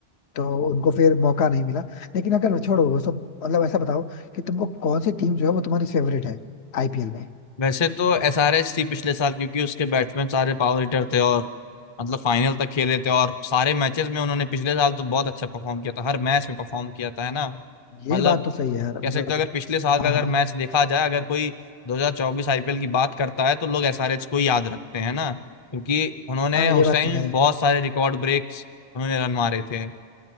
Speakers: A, on the left; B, on the left.
A: तो उनको फिर मौका नहीं मिला लेकिन अगर छोड़ो वो सब मतलब ऐसा बताओ कि तुमको कौन सी टीम जो है वो तुम्हारी फेवरेट है आईपीएल में
B: वैसे तो एसआरएच थी पिछले साल क्योंकि उसके बैट्समैन सारे पावर हिटर थे और मतलब फाइनल तक खेले थे और सारे मैचेस में उन्होंने पिछले साल तो बहुत अच्छा परफॉर्म किया था हर मैच में परफॉर्म किया था है ना
A: ये
B: मतलब
A: बात तो सही है यार
B: कह
A: मतलब
B: सकते हो अगर पिछले साल
A: हाँ
B: का अगर
A: हाँ
B: मैच देखा जाए अगर कोई 2024 आईपीएल की बात करता है तो लोग एसआरएच को ही याद रखते हैं ना क्योंकि उन्होंने
A: हाँ ये
B: उस
A: बात
B: टाइम
A: तो है
B: बहुत सारे रिकॉर्ड ब्रेक्स उन्होंने रन मारे थे